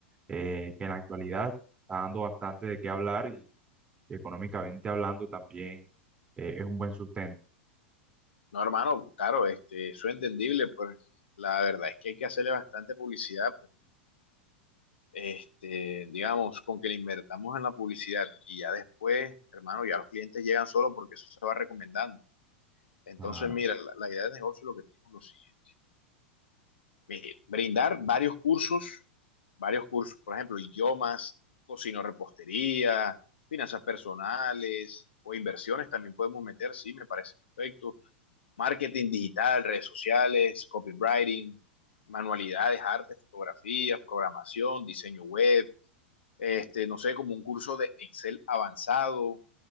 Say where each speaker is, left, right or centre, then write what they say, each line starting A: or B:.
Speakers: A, on the right; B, on the left.
A: eh, que en la actualidad está dando bastante de qué hablar y económicamente hablando también eh, es un buen sustento.
B: No, hermano, claro, este, eso es entendible, pues la verdad es que hay que hacerle bastante publicidad, pues, este, digamos, con que le invertamos en la publicidad y ya después, hermano, ya los clientes llegan solo porque eso se va recomendando. Entonces,
A: Ah,
B: mira, la, la idea de negocio lo que tengo es lo siguiente. Mire, brindar varios cursos, varios cursos, por ejemplo, idiomas, cocino repostería, finanzas personales o inversiones también podemos meter, sí, me parece perfecto marketing digital, redes sociales, copywriting, manualidades, artes, fotografías, programación, diseño web, este, no sé, como un curso de Excel avanzado